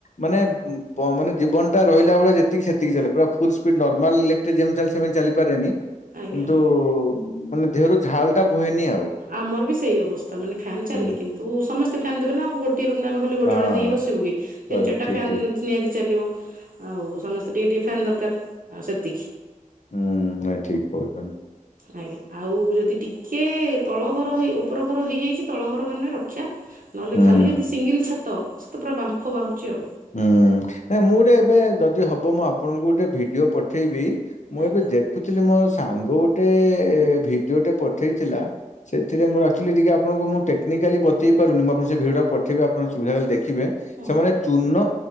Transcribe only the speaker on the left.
ମାନେ ମାନେ ଜୀବନଟା ରିହିଲା ଭଳିଆ ଯେକି ସେତିକି ଚାଲେ ପୁରା ଫୁଲ୍ ସ୍ପିଡ ନର୍ମାଲ ଇଲେଟ୍ରି ଯେମି ଚାଲେ ସେମତି ଚାଲିପାରାରେନି।
କିନ୍ତୁ ମାନେ ଦେହରୁ ଝାଲ ଟା ବୁହେନି ଆଉ।।
ହୁଁ
ହଁ
କରେ,
ଠିକ
ଠିକ
ହୁଁ ଠିକ କହୁଚନ୍ତି।
ହୁଁ।
ହୁଁ ନାଇଁ ମୁଁ ଗୋଟେ ଏବେ ଯଦି ହବ ମୁଁ ଆପଣଙ୍କୁ ଗୋଟେ ଭିଡିଓ ପଠେଇବି। ମୁଁ
ଏବେ ଦେଖୁଥିଲି ମୋର ସାଙ୍ଗ ଗୋଟେ ଭିଡିଓଟେ ପଠେଇଥିଲା। ସେଥିରେ ମୋର ଆକ୍ଚୁଲି ଟିକେ ଆପଣଙ୍କୁ ମୁଁ ଟେକ୍ନିକାଲି ବତେଇ ପାରୁନି ମୁ ଆପଣ ଙ୍କୁ ସେ ଭିଡିଓ ପଠେଇବି ଆପଣ ସୁବିଧା ହେଲେ ଦେଖିବେ
ସେମାନେ ଚୁନ